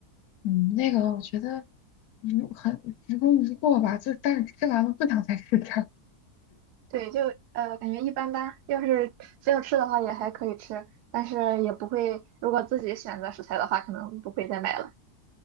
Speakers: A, on the left; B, on the right.
A: 嗯，那个我觉得无很无功无过吧，就但是吃完了不想再吃第二次，
B: 对，就呃感觉一般般。要是非要吃的话也还可以吃，但是也不会，如果自己选择食材的话，可能不会再买了。